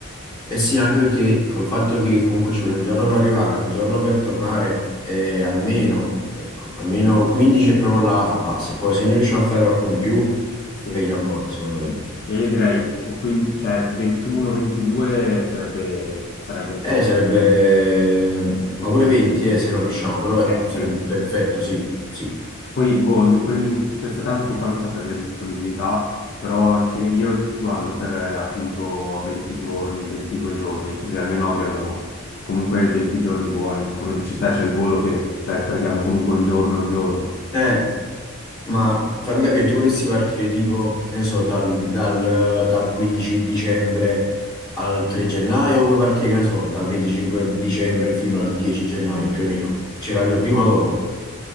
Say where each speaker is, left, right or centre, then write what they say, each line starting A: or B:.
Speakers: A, on the left (about 15°); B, on the left (about 50°).
A: Eh sì, anche perché col fatto che comunque ci vuole un giorno per arrivare, un giorno per tornare, eh, almeno, ecco, almeno 15 è proprio la base. Poi se ne riusciamo a fare qualcuno in più,
B: Sì,
A: meglio ancora, secondo me.
B: sì. E io direi o quin- cioè, 21-22 sarebbe, sarebbe il
A: Eh,
B: top.
A: sarebbe... ma pure 20, eh, se non riusciamo, però ecco,
B: Eh sì.
A: sarebbe perfetto, sì, sì.
B: Poi, boh, in, que- in questo caso tu fammi sapere le disponibilità, però ci- io guardo per eh, appunto 20 giorni, 22 giorni, così almeno abbiamo comunque 20 giorni buoni. Come dici te, c'è il volo che, cioè, perdiamo comunque un giorno e un giorno.
A: Eh, ma fammi capire, tu vorresti partire tipo, che ne so, dal, dal- dal 15 dicembre al 3 gennaio o vuoi partire, che ne so, dal 25 dicembre fino al 10 gennaio più o meno? Cioè, capito, prima o dopo?